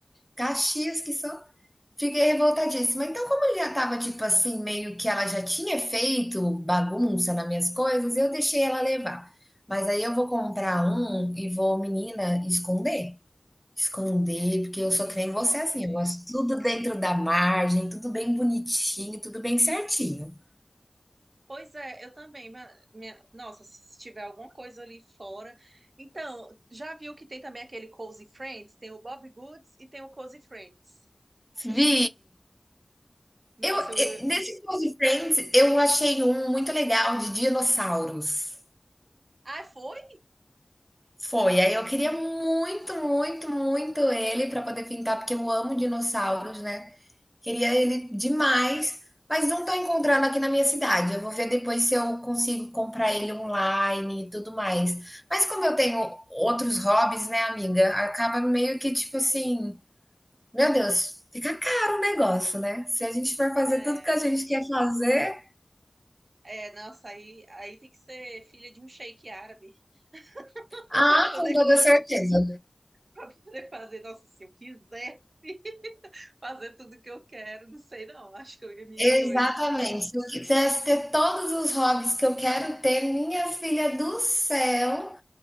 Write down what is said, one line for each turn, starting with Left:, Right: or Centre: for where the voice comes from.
Centre: Caxias que sou. Fiquei revoltadíssima. Então, como ele já tava, tipo assim, meio que ela já tinha feito bagunça nas minhas coisas, eu deixei ela levar. Mas aí eu vou comprar um e vou, menina, esconder. Esconder, porque eu sou
Right: Esconde.
Centre: que nem você assim, eu gosto tudo dentro da margem, tudo bem bonitinho, tudo bem certinho.
Right: Pois é, eu também. ma- minha- nossa, se se tiver alguma coisa ali fora. Então, já viu que tem também aquele Cozy Friends? Tem o Bob Goods e tem o Cozy Friends.
Centre: Vi,
Right: Nossa,
Centre: eu,
Right: eu.
Centre: eh, nesse Close Friends, eu achei um muito legal de dinossauros.
Right: Ah, foi?
Centre: Foi. Aí eu queria muito, muito, muito ele para poder pintar, porque eu amo dinossauros, né? Queria ele demais, mas não tô encontrando aqui na minha cidade. Eu vou ver depois se eu consigo comprar ele online e tudo mais. Mas como eu tenho outros hobbies, né, amiga? Acaba meio que tipo assim, meu Deus, fica caro o negócio, né? Se a gente for fazer
Right: É.
Centre: tudo que a gente quer fazer,
Right: É, nossa, aí, aí tem que ser filha de um sheik árabe <laughs>
Centre: ah,
Right: para poder
Centre: com toda certeza.
Right: para poder fazer. Nossa, se eu quisesse <laughs> fazer tudo que eu quero, não sei não. Acho que eu ia me,
Centre: Exatamente.
Right: eu ia,
Centre: Se eu quisesse ter todos os hobbies que eu quero ter, minha filha do céu,